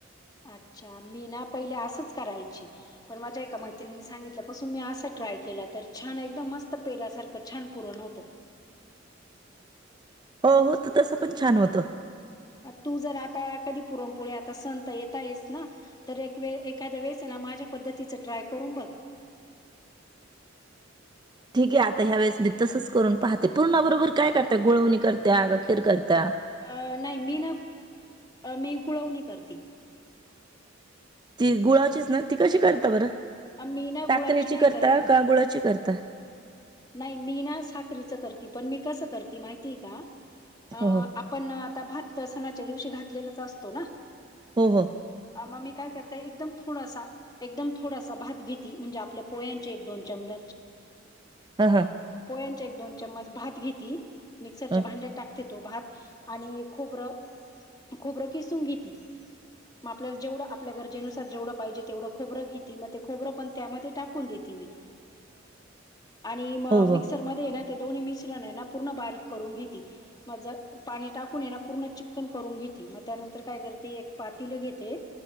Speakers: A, on the left; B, on the right.
A: अच्छा! मी ना पहिले असंच करायची. पण माझ्या एका मैत्रिणी सांगितलं पासून मी असा ट्राय केला, तर छान एकदम मस्त पेड्यासारखं छान पुरण होत.
B: हो होत तसं पण छान होतं.
A: तू जर आता कधी पुरणपोळी आता सण येता आहेस ना. तर एक वेळ एखाद्या वेळेस ना माझ्या पद्धतीचं ट्राय करून बघ.
B: ठीक आहे आता ह्या वेळेस मी तसच करून पाहते, पूर्णा बरोबर काय करता गुळवणी करत्या, का खीर करता.
A: अ नाही मी ना मी गुळवणी करती.
B: ती गुळाचीच ना ती कशी करता बरं
A: अ, मी ना
B: साखरेची
A: गुळाची नाही
B: करता
A: करत.
B: का गुळाची करता.
A: नाही मी ना साखरेची करते पण मी कसं करते माहितीय का? अ‌ आप
B: हो
A: आपण आता भात सणाच्या दिवशी घातलेलाच असतो ना.
B: हो हो.
A: अ मग मी काय करतेय एकदम थोडासा एकदम थोडासा भात घेती म्हणजे आपल्या पोयांचे एक दोन चममच.
B: हा हां.
A: पोह्यांच्या एक दोन चम्मच भात घेती मिक्सरच्या
B: हा.
A: भांड्यात टाक ते तो भात आणि खोबरं खोबरं किसून घेती. मग आपल्या जेवढ आपल्या गरजेनुसार जेवढं पाहिजे तेवढं खोबरं घेती मग ते खोबर पण त्यामध्ये टाकून देते मी. आणि म
B: हो हो
A: मिक्सरमध्ये ना ते दोन्ही मिश्रण आहे ना पूर्ण बारीक करून घेती. मग पाणी टाकून ये ना पूर्ण चिक्कन करून घेते मग त्यानंतर काय करते एक पातीलं घेते.